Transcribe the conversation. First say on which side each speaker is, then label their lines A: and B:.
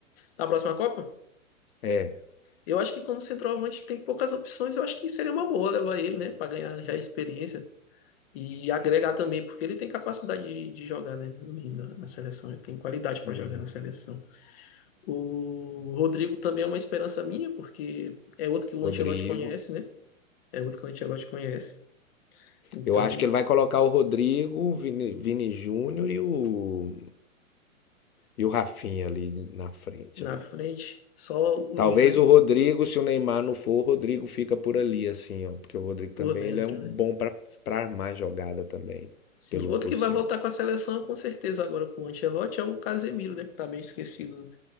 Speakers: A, on the left; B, on the left.
A: Na próxima Copa?
B: É.
A: Eu acho que como centroavante tem poucas opções, eu acho que seria uma boa levar ele, né? Para ganhar já experiência e agregar também, porque ele tem capacidade de, de jogar, né, também na, na seleção, ele tem qualidade para
B: Uhum.
A: jogar na seleção. O Rodrigo também é uma esperança minha, porque é outro que o
B: Rodrigo.
A: Ancelotti conhece, né? É outro que o Ancelotti conhece. Então,
B: Eu acho que ele vai colocar o Rodrigo, o Vini, Vini Júnior e o, e o Rafinha ali na frente
A: na
B: ali.
A: frente, só os
B: Talvez
A: dois
B: o Rodrigo, se o Neymar não for, o Rodrigo fica por ali assim, ó, porque o Rodrigo
A: por
B: também
A: dentro,
B: ele é um bom
A: né?
B: para para armar jogada também
A: Sim,
B: pelo
A: outro
B: pro
A: que
B: centro.
A: vai voltar com a seleção, com certeza, agora com o Ancelotti é o Casemiro, né? Que tá meio esquecido